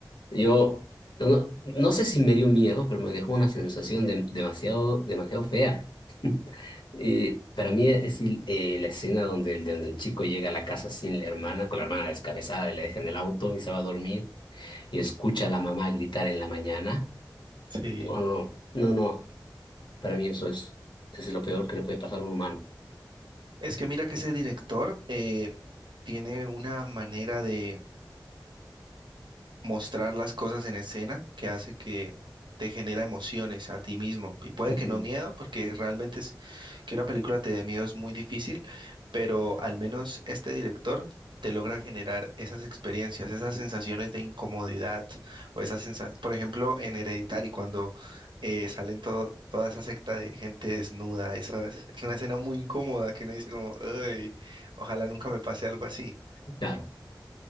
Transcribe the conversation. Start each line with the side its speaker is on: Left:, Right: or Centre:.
Left: Yo no, no sé si me dio miedo, pero me dejó una sensación de- demasiado, demasiado fea. <laughs> Y para mí es el- eh, la escena donde el, donde el chico llega a la casa sin la hermana, con la hermana descabezada y la deja en el auto y se va a dormir. y escucha a la mamá gritar en la mañana,
Right: Sí.
Left: o no, no, no, para mí eso es, es lo peor que le puede pasar a un humano.
Right: Es que mira que ese director eh, tiene una manera de, mostrar las cosas en escena que hace que te genera emociones a ti mismo. Y puede
Left: Ujú.
Right: que no miedo, porque realmente es que una película te dé miedo es muy difícil, pero al menos este director te logra generar esas experiencias, esas sensaciones de incomodidad o esas sensaciones, por ejemplo, en Hereditary cuando eh, salen todo, toda esa secta de gente desnuda, esa es, es una escena muy incómoda que uno dice como, "Ay, ojalá nunca me pase algo así.
Left: Claro,